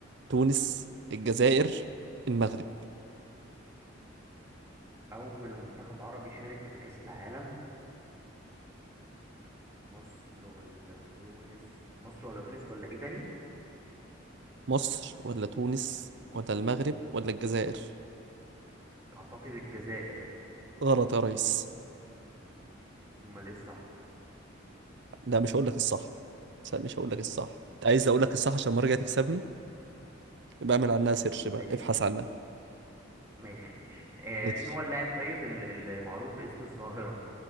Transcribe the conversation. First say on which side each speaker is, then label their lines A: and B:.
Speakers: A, on the right; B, on the right.
A: تونس
B: اه
A: الجزائر
B: ماشي
A: المغرب
B: اول منتخب عربي شارك في كأس العالم مصر ولا تونس مصر ولا تونس ولا ايه تاني
A: مصر ولا تونس ولا المغرب ولا الجزائر
B: اعتقد الجزائر
A: غلط يا ريس
B: امال ايه الصح
A: لا مش هقول لك الصح لا مش هقول لك الصح انت عايز اقول لك الصح عشان المره الجايه تكسبني يبقى اعمل عنها
B: خلاص
A: سيرش بقى
B: ماشي
A: ابحث عنها
B: ماشي ماشي آه
A: ماشي
B: مين هو اللاعب طيب ال- المعروف باسم الظاهرة